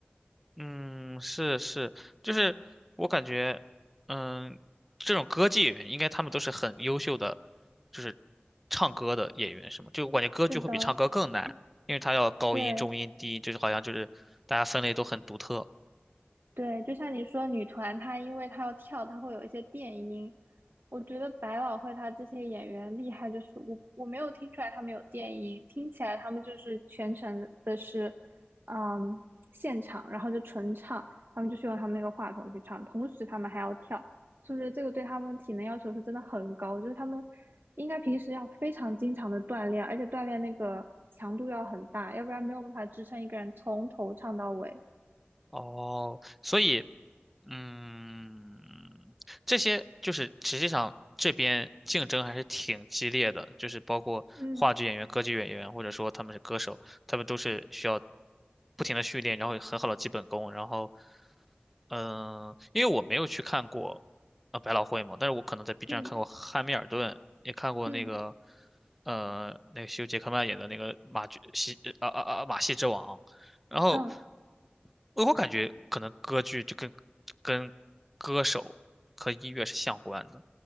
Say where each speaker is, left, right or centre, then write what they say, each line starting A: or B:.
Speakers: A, in the centre; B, on the right.
A: 嗯，是是，就是我感觉，嗯，这种歌剧演员应该他们都是很优秀的，就是唱歌的演员，是吗？就我感觉歌剧会比唱歌更难，
B: 是的，
A: 因为他要高音、
B: 对。
A: 中音、低音，就是好像就是大家分类都很独特。
B: 对，就像你说，女团她因为她要跳，她会有一些电音。我觉得百老汇她这些演员厉害，就是我我没有听出来他们有电音，听起来他们就是全程的是，嗯，现场，然后就纯唱，他们就是用他们那个话筒去唱，同时他们还要跳，是不是？这个对他们体能要求是真的很高，就是他们应该平时要非常经常的锻炼，而且锻炼那个强度要很大，要不然没有办法支撑一个人从头唱到尾。
A: 哦，所以嗯，这些就是实际上这边竞争还是挺激烈的，就是包括话剧演员、
B: 嗯
A: 歌剧演员，或者说他们是歌手，他们都是需要不停的训练，然后有很好的基本功，然后嗯，因为我没有去看过呃百老汇嘛，但是我可能在 B
B: 嗯
A: 站看过《汉密尔顿》，也看过那个
B: 嗯。
A: 呃那个休·杰克曼演的那个马剧戏啊啊啊马戏之王，然后
B: 嗯，
A: 我我感觉可能歌剧就跟跟歌手和音乐是相关的，